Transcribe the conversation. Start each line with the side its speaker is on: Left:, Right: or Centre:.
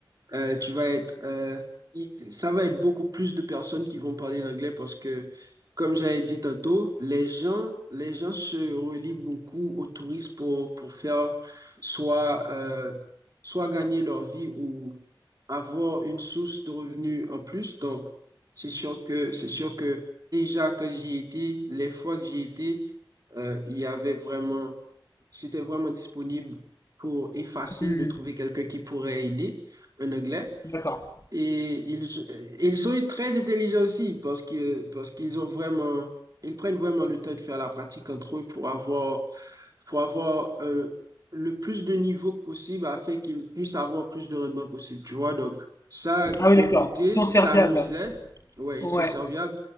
Right: Euh, tu vas être, euh, il- ça va être beaucoup plus de personnes qui vont parler l'anglais parce que, comme j'avais dit tantôt, les gens, les gens se relient beaucoup aux touristes pour, pour faire soit, euh, soit gagner leur vie ou avoir une source de revenus en plus. Donc, c'est sûr que, c'est sûr que déjà quand j'y étais, les fois que j'y étais, euh, il y avait vraiment, c'était vraiment disponible pour et facile
Left: Hmm,
Right: de trouver quelqu'un qui pourrait aider un Anglais.
Left: D'accord.
Right: Et ils, ils sont très intelligents aussi parce que, parce qu'ils ont vraiment, ils prennent vraiment le temps de faire la pratique entre eux pour avoir pour avoir euh, le plus de niveaux possible afin qu'ils puissent avoir plus de rendement possible, tu vois. Donc, ça, d'un
Left: Ah oui, d'accord.
Right: côté,
Left: Ils sont
Right: ça
Left: serviables.
Right: nous aide. Ouais,
Left: Ouais,
Right: ils sont serviables